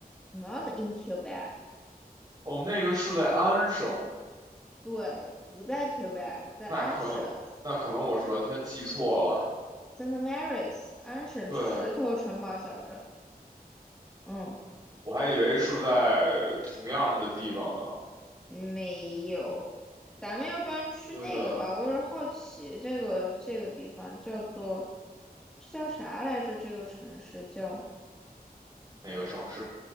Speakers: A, in the centre; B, on the right.
A: ，not in Quebec。
B: 哦，那个是在安省，
A: 对，不在 Quebec，在安省
B: 那可能那可能我是完全记错了，
A: Saint Mary's，安省石头城堡小镇。
B: 对，
A: 嗯，
B: 我还以为是在同样的地方呢。
A: 没有。咱们要不然去那个吧，
B: 对的，
A: 我有点好奇这个这个地方叫做这叫啥来着？这个城市叫
B: 哪个城市？